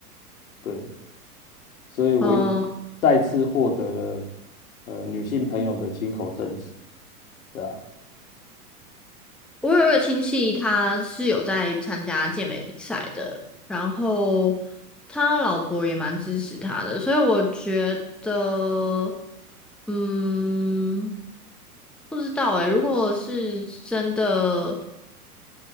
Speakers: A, on the left; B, in the centre.
A: 对。所以我又
B: 嗯。
A: 再次获得了呃女性朋友的亲口证实，对啊，
B: 我有一个亲戚，他是有在参加健美比赛的，然后他老婆也蛮支持他的，所以我觉得，嗯，不知道诶，如果是真的